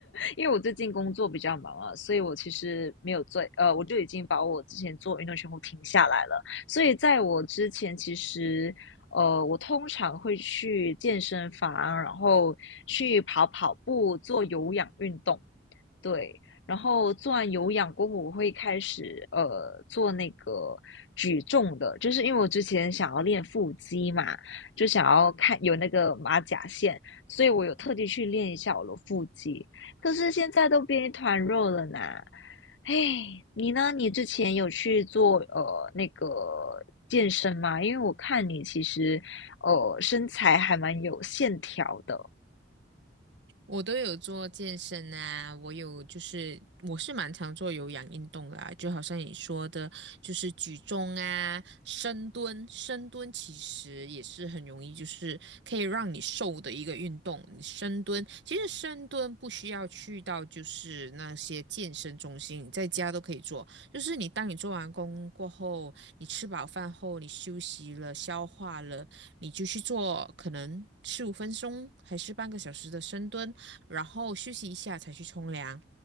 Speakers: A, on the left; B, on the right.
A: 因为我最近工作比较忙啊，所以我其实没有做，呃，我就已经把我之前做运动全部停下来了。所以在我之前，其实呃，我通常会去健身房，然后去跑跑步，做有氧运动。对，然后做完有氧过后，我会开始呃做那个举重的，就是因为我之前想要练腹肌嘛，就想要看有那个马甲线，所以我有特地去练一下我的腹肌。可是现在都变一团肉了呢。嘿，你呢？你之前有去做呃那个健身吗？因为我看你其实呃身材还蛮有线条的。
B: 我都有做健身啊，我有就是我是蛮常做有氧运动的啊，就好像你说的，就是举重啊、深蹲，深蹲其实也是很容易，就是可以让你瘦的一个运动。你深蹲其实深蹲不需要去到就是那些健身中心，你在家都可以做。就是你当你做完工过后，你吃饱饭后，你休息了、消化了，你就去做可能十五分钟还是半个小时的深蹲。然后休息一下才去冲凉。